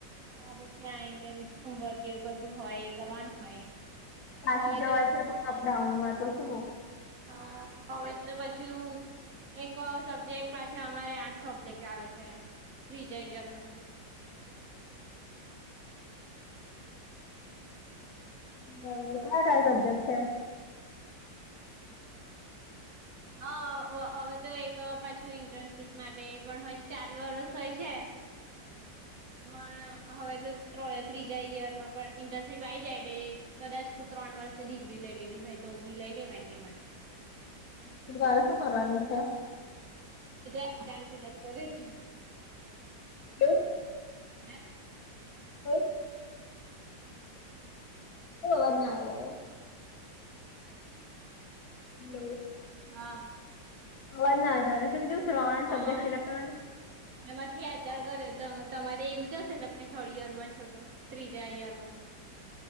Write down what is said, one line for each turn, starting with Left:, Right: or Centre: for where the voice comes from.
Right: હા પછી હોમવર્ક એવું કશું હોય એ કરવાનું હોય
Left: બાાકીી
Right: હવે
Left: જવાય
Right: તો
Left: છે પણ અપડાઉનમાં તો શું
Right: હા હવેટલે પછી હું એક સબ્જેક્ટ પાછા અમારે આઠ સબ્જેક્ટ આવે છે ફ્રી જઈએ મથી
Left: બરાબર કયા કયા સબ્જેક્ટ છે
Right: હા હવે તો એક પાછું ઇન્ટર્નશીપ માટે પણ હજ ચાર વરષ હોય છે <unintelligible> પણ હવે તો ત્રીજા ઈયર માં પણ ઇન્ટર્નશીપ આ આવી જાય એટલે કદાચ ત્રણ વર્ષે ડિગ્રી લઈ લેવી હોય તો બી લઈ લેવાય ને એ માટે
Left: તો તરે શું કરવાનું છે
Right: ત્ર ચાર સિલેક્ટ કરે છે
Left: હલો
Right: હ
Left: હમ અવાજ ના આવાર હેલો
Right: હા
Left: આવાજ ના આવે ત્રણ
Right: હા
Left: સબ્જેક્ટ સિલેક્ટ કરવાના
Right: એમાં થિયાચાર કર્યો તો તમારે એવું જશે ને તમે થર્ડ યર માં છો તો ત્રીજા ઈયર માં છો